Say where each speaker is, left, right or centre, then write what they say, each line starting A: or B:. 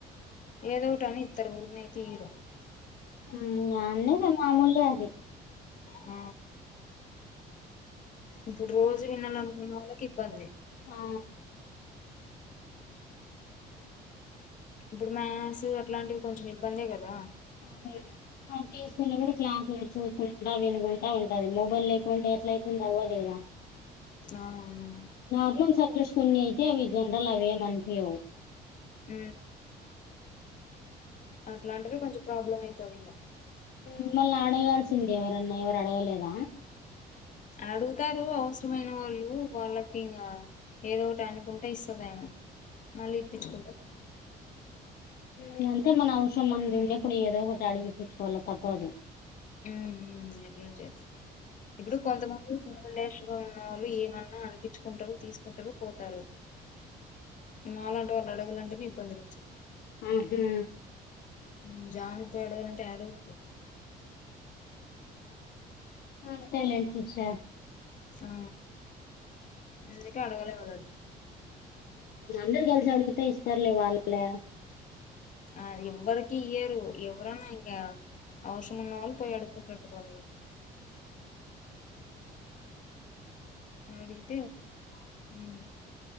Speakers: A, on the left; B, on the left.
A: ఏదోటి అని ఇత్తరు ఊరికేనైతే ఇయ్యారు
B: ఊ అన్న ఇది మామూలే అది
A: ఆ ఇప్పుడు రోజు వినాలనుకున్న వాళ్ళకిబ్బంది
B: ఆ
A: ఇప్పుడు మ్యాథ్స్ అట్లాంటివి కొంచెం ఇబ్బందే కదా
B: అవున్ మా ఆ తీసుకున్నప్పుడు క్లాస్లు చూసుకుంటా వినుకుంటా ఉంటంది మొబైల్ లేకుంటే ఎట్ల అయితుంది అవ్వదు కదా
A: ఆవును
B: నార్మల్ సబ్జెక్ట్స్ కొన్ని అయితే అవి జనరలు అవేమనిపీయవు
A: ఊ అట్లాంటివి కొంచం ప్రాబ్లం అయితదింగ
B: మిమ్మల్ని అడగాల్సింది ఎవరన్నా ఎవరు అడగలేదా
A: అడుగుతారు అవసరమైన వాళ్ళు వాళ్ళకి ఇంగా ఏదోటి అనుకుంట ఇస్తదామ మళ్ళీ ఇప్పించుకుంటది
B: ఇగ అంతే మన అవసరం మనది ఉన్నేప్పుడు ఏదో ఒకటి అడిగిప్పించుకోవాలె తప్పదు
A: ఊ ఊ ఎట్లునే చేస్తాం ఇప్పుడు కొంతమంది <unintelligible> గా ఉన్న వాళ్ళు ఏమన్నా అనిపించుకుంటారు తీసుకుంటారు పోతారు మాలాంటి వాళ్ళు అడగాలంటేనే ఇబ్బంది నుంచి
B: ఆహా
A: ఊ జారు పడేరు టడుకు
B: అంతలేదు సిస్టర్
A: ఆ అందుకె అడగళ వాళ్ళను
B: అందరు కలిసి అడిగితే ఇస్తారులే వాళ్ళే
A: అది ఎవ్వరికి ఇయ్యరు ఎవ్వరనా ఇంకా అవసరం ఉన్న వాళ్ళు పోయ అడుకుంటుంటారు వాళ్ళు అడిగితే ఊ